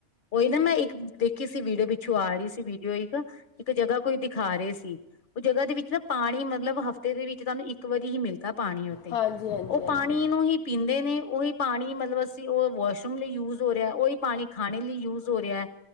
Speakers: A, on the left; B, on the left.
A: ਔਈ ਨਾ ਮੈਂ ਇੱਕ ਦੇਖੀ ਸੀ ਵੀਡੀਓ, ਪਿੱਛੋਂ ਆ ਰੀ ਸੀ ਵੀਡੀਓ ਇੱਕ ਇੱਕ ਜਗ੍ਹਾ ਕੋਈ ਦਿਖਾ ਰੇ ਸੀ। ਔ ਜਗ੍ਹਾ ਦੇ ਵਿੱਚ ਨਾ ਪਾਣੀ ਮਤਲਬ ਹਫ਼ਤੇ ਦੇ ਵਿੱਚ ਤਾਨੂੰ ਇੱਕ ਵਾਰੀ ਹੀ ਮਿਲਦਾ ਪਾਣੀ
B: ਹਾਂਜੀ ਹਾਂਜੀ
A: ਔ
B: ਹਾਂਜੀ
A: ਪਾਣੀ ਨੂੰ ਹੀ ਪੀਂਦੇ ਨੇ, ਉਹੀ ਪਾਣੀ ਮਤਲਬ ਤੇ ਔ ਵਾਸ਼ਰੂਮ ਲਈ ਯੂਜ ਹੋ ਰਿਆ, ਓਈ ਪਾਣੀ ਖਾਣੇ ਲਈ ਯੂਜ ਹੋ ਰਿਆ ਏ।